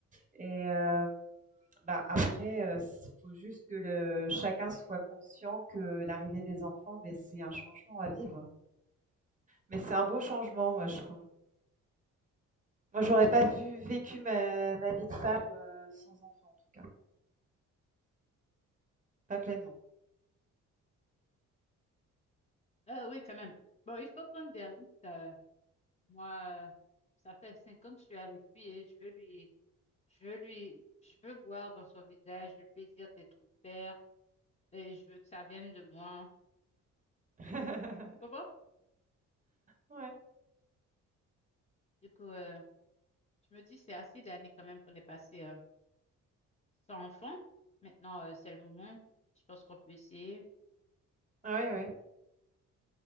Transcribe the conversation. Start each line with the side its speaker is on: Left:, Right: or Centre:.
Right: et hem, bah, après, il faut juste que le chacun soit conscient que l'arrivée des enfants, beh, c'est un changement à vivre. Mais c'est un beau changement, moi, je trouve. Moi, j'aurais pas vu vécu ma ma vie de femme, heu, sans enfant, en tout cas, pas pleinement.
Left: Euh, oui, quand même. Bon, il faut prendre des risques. euh. moi, euh, ça fait cinq ans que je suis avec lui et je veux lui, je veux lui, je veux voir dans son visage le plaisir d'être père et je veux que ça vienne de moi.
Right: <laughs>
Left: Comment?
Right: Ouais.
Left: Du coup, euh, je me dis, c'est assez d'années quand même qu'on est passé euh, sans enfant. Maintenant, euh, c'est le moment. Je pense qu'on peut essayer.
Right: Ouais, ouais.